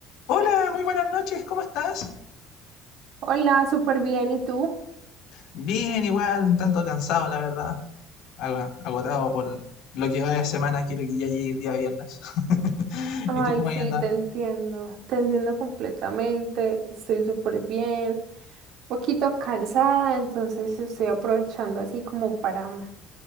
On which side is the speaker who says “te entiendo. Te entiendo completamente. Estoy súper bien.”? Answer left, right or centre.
Right